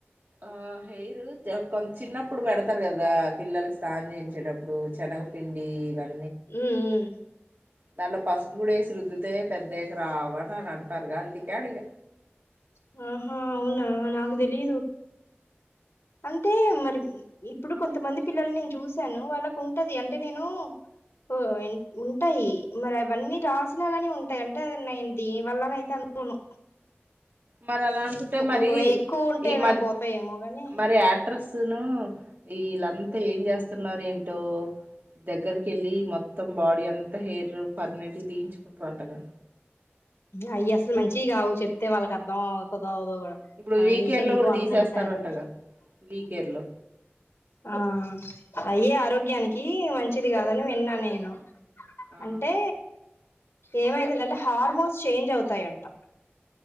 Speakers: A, on the right; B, on the left.
A: ఆ హెయిర్ కొంత చిన్నప్పుడు పెడతారు కదా పిల్లలకి స్నానం చేయించేటప్పుడు శనగపిండి ఇవన్న
B: హ్మ్ హ్మ
A: దాంట్లో పసుుపు కూడా వేసి రుద్దితే పెద్ద అయ్యక రావని అంటారుగా అందుకే అడిగ
B: హ్మ హ్మ్ అవునా నాకు తెలీదు అంటే మరి ఇప్పుడు కొంతమంది పిల్లలనీ నేను చూసాను వాళ్ళకు ఉంటది అంటే నేను ఓ ఉంటాయి మరి అవన్నీ రాసినా గానీ ఉంటాయి అంటే అ నేను దీని వల్లనే అయితే అన కొను
A: మరి అలా అనుకుంటే మరి
B: ఒకవే ఎక్కువ ఉంటే
A: ఈ
B: ఏమైనా
A: మద్
B: పోతాయేమో గాని
A: మరి య యాక్టర్స్ ను వీళంతా ఏం చేస్తున్నారో ఏంటో దగ్గరకి ఏళ్ళి మొత్తం బాడీ అంతా హెయిర్ పర్మనెంట్ తెయించుకుంటారంటగా
B: అవి అసలు మంచివి కావు చెప్తే వాళ్ళకి అర్ధం అవుతాదో అవ్వ దో కూడా
A: ఇప్పుడు వీకేర్
B: నీకెందుకు
A: లో కూడా
B: అనుకుంటారు
A: తీసేస్తారంటగా వీకేర్ లో
B: ఆ అయి ఆరోగ్యానికి మంచిది కాదని విన్నా నేను
A: ఆ
B: అంటే ఏమైతాద అంటే హార్మోన్స్ చేంజ్ అవుతాయంట